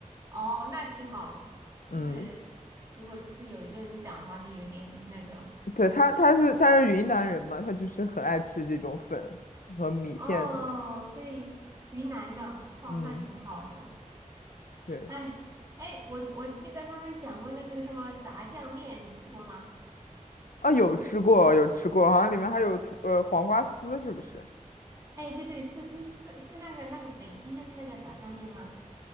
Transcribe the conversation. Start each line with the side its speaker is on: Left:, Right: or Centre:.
Right: 哦，那挺好的，就是如果就是有一个人讲的话，
Left: 嗯，
Right: 就有点那个。
Left: 对，他他是他是云南人嘛，他就是很爱吃这种粉和米线什么的。
Right: 哦，对，云南的，哦，
Left: 嗯，
Right: 那挺好的。
Left: 对
Right: 哎哎，我我记得他们讲过那个什么炸酱面，你吃过吗？
Left: 啊，有吃过，有吃过，好像里面还有土呃黄瓜丝，是不是？
Right: 哎，对对，是是是是那个那个北京的那个炸酱面吗？